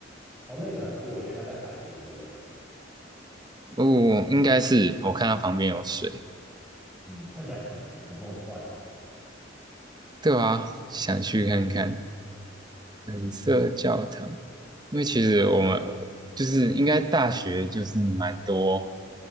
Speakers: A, in the centre; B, on the right.
A: 哦，那个很酷哦，因为它在海边，对不对？
B: 哦，应该是我看它旁边有水，
A: 嗯，看起来很很梦幻呢、啊
B: 对啊，想去看看粉色教堂。
A: 嗯，
B: 因为其实我们就是应该大学就是蛮多